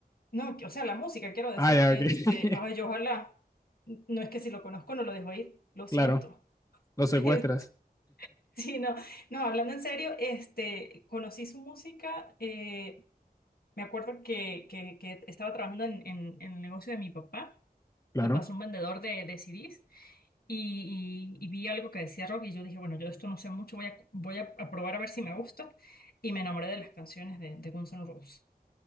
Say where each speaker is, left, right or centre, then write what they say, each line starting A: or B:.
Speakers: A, on the left; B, on the left.
A: no, que- o sea, la música, quiero decir,
B: Ah, ya,
A: este,
B: ok. <laughs>
A: ay, yo ojalá, no es que si lo conozco no lo dejo ir, lo siento.
B: Claro, lo secuestras.
A: <laughs> Este, Sí, no, no, hablando en serio, este, conocí su música. eh, Me acuerdo que, que, que estaba trabajando en, en- en el negocio de mi papá
B: Claro.
A: y pasó un vendedor de, de CDs y, y- y vi algo que decía rock y yo dije, bueno, yo de esto no sé mucho, voy a, voy a, a probar a ver si me gusta y me enamoré de las canciones de, de Guns N' Roses.